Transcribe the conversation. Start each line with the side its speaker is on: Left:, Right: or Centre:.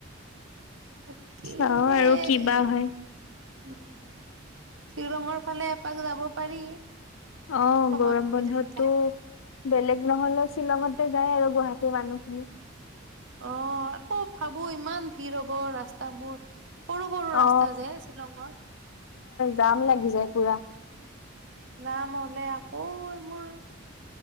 Right: <unintelligible> কি
Left: চাও
Right: এনে
Left: আৰু কিবা
Right: উম,
Left: হয়
Right: শিলংৰ ফালে এপাক যাব পাৰি।
Left: অ'
Right: সময়
Left: গৰম
Right: সুবিধা
Left: বন্ধতো
Right: মিলাই
Left: বেলেগ নহ'লে শ্বিলঙতে যাওঁ আৰু গুৱাহাটীৰ মানুহখিনি।
Right: অ' আকৌ ভাবো ইমান ভিৰ হব ৰাস্তাবোৰ। সৰু সৰু ৰাস্তা
Left: অ
Right: যে শ্বিলঙত।
Left: দাম লাগি যায় পুৰা।
Right: যাম হ'লে আকৌ এইবোৰ